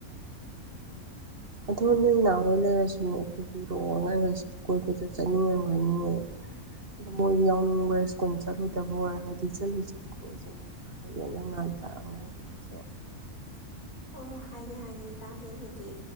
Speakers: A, on the right; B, on the left.
A: ꯑꯣꯊꯣ ꯅꯣꯏ ꯅꯥꯎ ꯍꯣꯏꯅ ꯂꯩ <unintelligible> ꯏꯔꯛꯑꯣ ꯑꯉꯥꯅꯁꯦ ꯀꯣꯏ-ꯀꯣꯏ ꯆꯠꯅꯤꯡꯉꯝꯒꯅꯤꯅꯦ ꯑꯗꯣ ꯃꯣꯏꯗꯤ ꯌꯥꯎꯅꯤꯡꯕ ꯁ꯭ꯀꯨꯜ ꯆꯠꯂꯣꯏꯗꯕ ꯑꯣꯏꯔꯒꯗꯤ ꯆꯠꯂꯨꯖꯤ ꯈꯣꯠꯂꯨꯖꯦꯅ ꯍꯥꯏꯌꯣ ꯅꯪ ꯅꯍꯥꯟꯗ ꯑꯉꯥꯡꯈꯩꯗꯨꯁꯨ
B: ꯑꯣ ꯍꯥꯏꯒꯦ-ꯍꯥꯏꯒꯦꯗ ꯏꯇꯥ ꯗꯨꯕꯨꯗꯤ